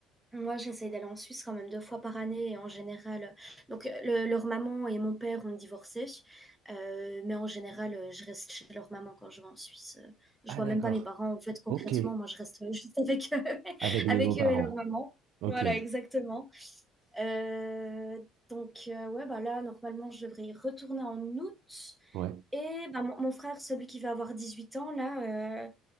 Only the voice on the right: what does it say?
Ah,
d'accord.
Ok.
Avec les
beaux-parents.
Ok.
Ouais.